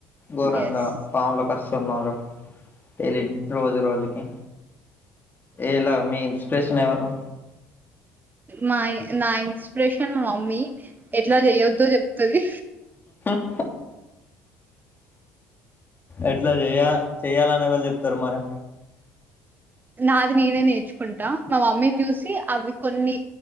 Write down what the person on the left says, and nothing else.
ఘోరంగా
పాములు కస్తున్నారు తెలివ్ రోజు రోజుకి ఏలా మీ ఇన్స్పిరేషన్ ఎవరు
అ ఎట్లా చేయ చెయ్యాలని ఎవలు చెప్తారు మరి